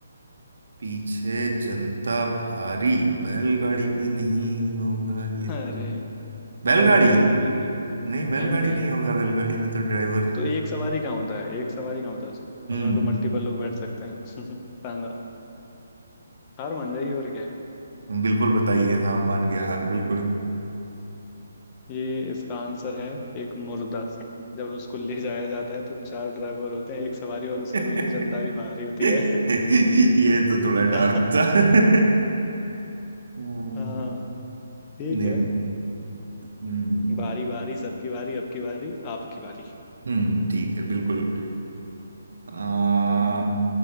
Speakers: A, on the right; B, on the left.
A: पीछे जनता भारी बैलगाड़ी भी नहीं
B: हम्म
A: होगा ये
B: अरे
A: तो बैलगाड़ी
B: बैलगाड़ी में भी
A: नहीं बैलगाड़ी
B: नहीं भैया
A: नहीं होगा बैलगाड़ी में तो ड्राइवर
B: तो एक सवारी कहाँ होता है एक सवारी कहाँ होता है उसमें
A: हम्म
B: उसमें तो मल्टीपल लोग बैठ सकते हैं <laughs> सांगा हार मान जाइए और क्या है
A: बिल्कुल बताइए हाँ मान गया हार बिल्कुल
B: ये इसका आंसर है एक मुर्दा जब उसको ले जाया जाता है तो चार ड्राइवर होते हैं एक सवारी
A: <laughs>
B: और उसके पीछे जनता भी भारी होती है
A: ये तो थोड़ा
B: <laughs>
A: डार्क था <laughs> हम्म,
B: हाँ ठीक
A: नहीं
B: है
A: हम्म
B: बारी बारी सबकी बारी अब की बारी आपकी बारी
A: हम्म ठीक है बिल्कुल आ,